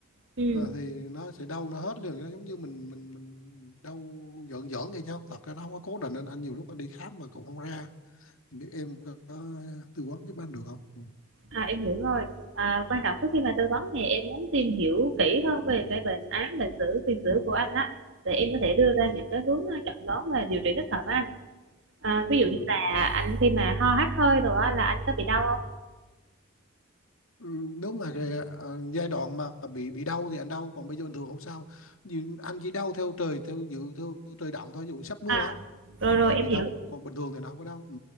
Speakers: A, on the right (about 65°); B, on the left (about 85°).
A: ừ
B: Ờ, thì nó sẽ đau nó hết liền nó giống như mình mình mình đau giỡn giỡn vậy chứ không thật ra nó không có cố định anh, anh nhiều lúc anh đi khám mà cũng không ra Không biết em có có tư vấn giúp anh được không ừ.
A: à, em hiểu rồi à, quan trọng trước khi mà tư vấn thì em muốn tìm hiểu kỹ hơn về cái bệnh án bệnh sử tiền sử của anh á để em có thể đưa ra những cái hướng ờ, chẩn đoán và điều trị thích hợp với anh à, ví dụ
B: Ừ.
A: như là anh khi mà ho hắt hơi rồi á là anh có bị đau không
B: Ừ, nếu mà cái, ờ, giai đoạn mà bị bị đau thì anh đau còn bây giờ bình thường không sao nhưng anh chỉ đau theo trời theo dự theo trời động thôi dù sắp mưa
A: à
B: á
A: rồi rồi
B: thì anh
A: em
B: bị đau
A: hiểu
B: còn bình thường thì nó không có đau ừ.